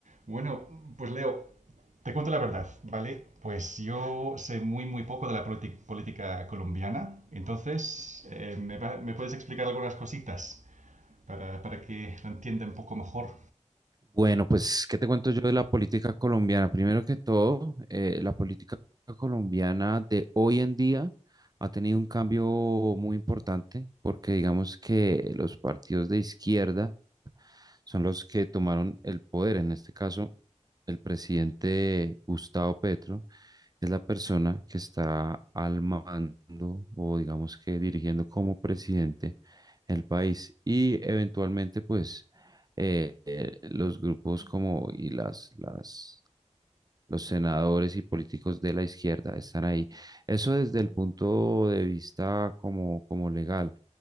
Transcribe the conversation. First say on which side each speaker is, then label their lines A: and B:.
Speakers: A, on the right (about 75°); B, on the right (about 30°).
A: Bueno, pues Leo, te cuento la verdad, ¿vale? Pues yo sé muy, muy poco de la politi- política colombiana, entonces eh, ¿me, va- me puedes explicar algunas cositas para, para que la entienda un poco mejor?
B: Bueno, pues, ¿qué te cuento yo de la política colombiana? Primero que todo, eh, la política colombiana de hoy en día ha tenido un cambio muy importante porque digamos que los partidos de izquierda son los que tomaron el poder. En este caso, el presidente Gustavo Petro es la persona que está al mando o digamos que dirigiendo como presidente el país y eventualmente pues eh, eh, los grupos como y las, las, los senadores y políticos de la izquierda están ahí. Eso desde el punto de vista como, como legal